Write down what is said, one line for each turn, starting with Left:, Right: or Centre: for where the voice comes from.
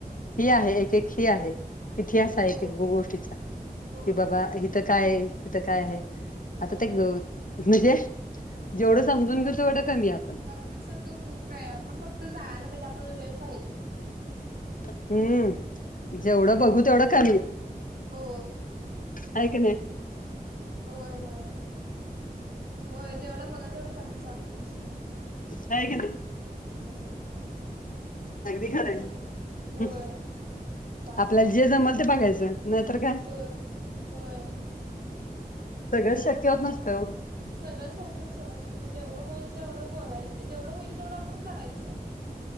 Left: ही आहे एक एक ही आहे इतिहास आहे
Right: हो
Left: एक एक गोष्टीचा की
Right: होय
Left: बाबा
Right: होय.
Left: तीथं काय हिथं काय हाय
Right: हो
Left: आता ते म्हजे जेवढं समजून घेऊ तेवढं कमी आपण.
Right: बघण्यासारखं खूप काय आपण फक्त जायला पाहिजे. आपल्याला वेळ पाहिजे.
Left: हम्म
Right: हम्म
Left: जेवढं बघू
Right: चालेल.
Left: तेवढं कमी.
Right: हो
Left: हाय की नाय.
Right: होय, होय, होय जेवढं बोलाल तेवढं कमीच वाटतय.
Left: आहे की नाही
Right: हो
Left: अगदी खरंय.
Right: ठीक आहे होय
Left: <unintelligible>
Right: चालेल
Left: आपल्याला जे जमल ते बघायचं, नाहीतर काय.
Right: होय होय.
Left: सगळं शक्य होत नसतंवो.
Right: सगळंच होत नाही सोडाय शक्य जेवढं होईल तेवढं बोलायच. जेवढं होईल तेवढं आपण करायचं.